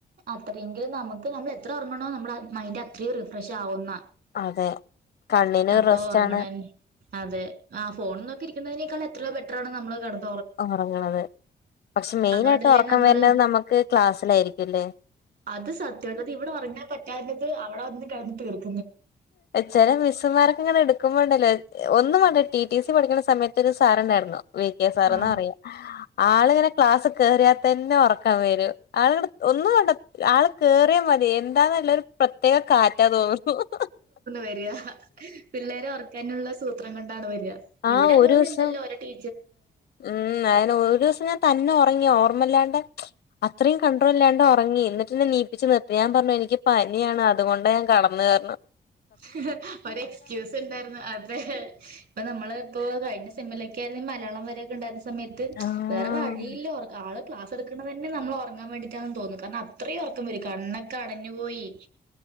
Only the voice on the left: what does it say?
അതെ കണ്ണിന്
റെസ്റ്റ്
ആണ്
ഒറങ്ങണത് പക്ഷെ മെയിനായിട്ട്
ഒറക്കം
വര്ണത് നമ്മുക്ക് ക്ലാസ്സിലായിരിക്കും ല്ലേ
ചെല മിസ്സ്മാർ അങ്ങനെ എടുക്കുമ്പോണ്ടലോ ഒന്നും വേണ്ട ടി ടി സി പഠിക്കുന്ന സമയത്തൊരു സാറ്ണ്ടായിരുന്നു വി കെ സാർ
ന്നറയാ ആളിങ്ങനെ ക്ലാസ്സ് കേയറിയാ തന്നെ ഒറക്കം വരും ആള ഒന്നുംവാണ്ട ആൾ കേറിയ മ അതെ എന്താെന്നല്ലൊരു പ്രത്യേക കാറ്റാ തോന്നുന്നു ഹ് ഹ്
ആ
ഒരു ദിവസം
ഉം അയിന് ഒരു ദിവസം ഞാൻ തന്നെ റങ്ങി ഓർമ്മല്ലാണ്ട് അത്രയും കണ്ട്രോളല്ലാണ്ട് ഒറങ്ങി എന്നിട്ടിന്നെ നീപ്പിച്ചു നിർത്തി ഞാൻ പറഞ്ഞു എനിക്കിപ്പ നിയാണ് അതുകൊണ്ട് ഞാൻ കടന്നേ റഞ്ഞു
ആഹ്